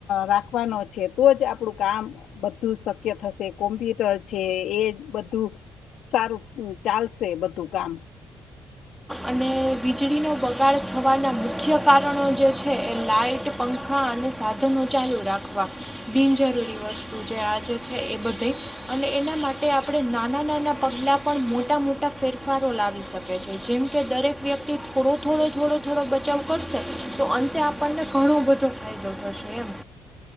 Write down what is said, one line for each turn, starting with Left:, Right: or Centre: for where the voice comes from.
Left: રાખવાનો છે તો જ આપણું કામ બધું શક્ય થશે કોમ્પ્યુટર છે એ બધું સારું ચાલશે બધું કામ
Centre: અને વીજળીનો બગાડ થવાના મુખ્ય કારણો જે છે એ લાઇટ પંખા અને સાધનો ચાલુ રાખવા બિનજરૂરી વસ્તુ જે આજે છે એ બધી અને એના માટે આપણે નાના નાના પગલાં પણ મોટા મોટા ફેરફારો લાવી શકીએ છ જેમ કે દરેક વ્યક્તિ થોડો થોડો થોડો થોડો બચાવ કરશે તો અંતે આપણને ઘણો બધો ફાયદો થશે એમ